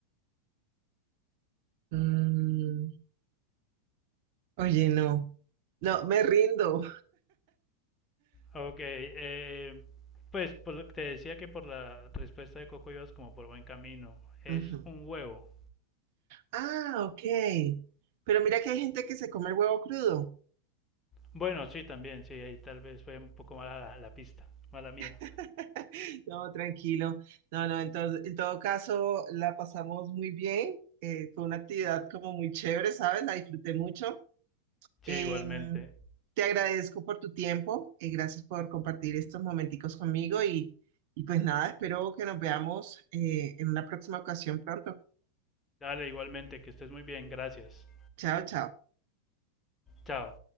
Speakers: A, on the right (about 45°); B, on the left (about 15°).
A: Mm, oye, no. No, me rindo.
B: Ok, eh, pues por lo- que te decía que por la respuesta de Coco ibas como por buen camino. Es
A: Ujú.
B: un huevo.
A: Ah, ok. Pero mira que hay gente que se come el huevo crudo.
B: Bueno, sí, también, sí, ahí tal vez fue un poco mala la, la pista, mala mía.
A: <laughs> No, tranquilo. No, no, entonces, en todo caso, la pasamos muy bien. Eh, fue una actividad como muy chévere, ¿sabes? La disfruté mucho.
B: Sí,
A: Em,
B: igualmente.
A: te agradezco por tu tiempo y gracias por compartir estos momenticos conmigo. Y, y pues nada, espero que nos veamos eh, en una próxima ocasión pronto.
B: Dale, igualmente, que estés muy bien, gracias.
A: Chao, chao.
B: Chao.